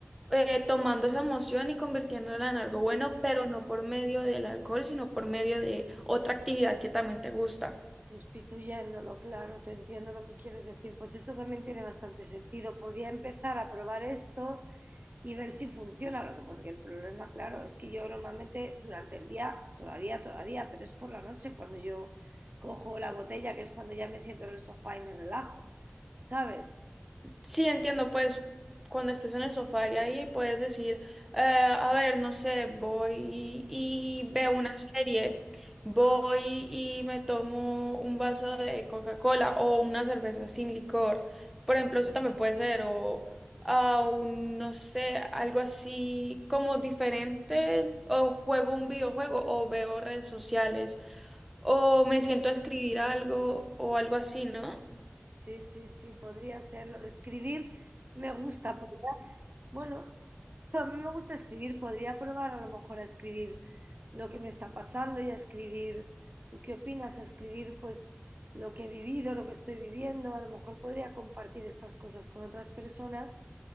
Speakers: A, in the centre; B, on the right.
A: eh, tomando esa emoción y convirtiéndola en algo bueno, pero no por medio del alcohol, sino por medio de otra actividad que también te gusta.
B: Sustituyéndolo, claro, te entiendo lo que quieres decir. Pues eso también tiene bastante sentido. Podía empezar a probar esto y ver si funciona. Lo que pasa es que el problema, claro, es que yo normalmente durante el día, todavía, todavía, pero es por la noche cuando yo cojo la botella, que es cuando ya me siento en el sofá y me relajo, ¿sabes?
A: Sí, entiendo, pues cuando estés en el sofá y ahí puedes decir, eh, a ver, no sé, voy y y veo una serie, voy y me tomo un vaso de Coca-Cola o una cerveza sin licor. Por ejemplo, eso también puede ser, o ah, un, no sé, algo así como diferente, o juego un videojuego o veo redes sociales, o me siento a escribir algo o algo así, ¿no?
B: Sí, sí, sí, podría serlo. Escribir me gusta. pero- Bueno, a mí me gusta escribir. Podría probar a lo mejor a escribir lo que me está pasando y a escribir, ¿tú qué opinas? A escribir pues lo que he vivido, lo que estoy viviendo. A lo mejor podría compartir estas cosas con otras personas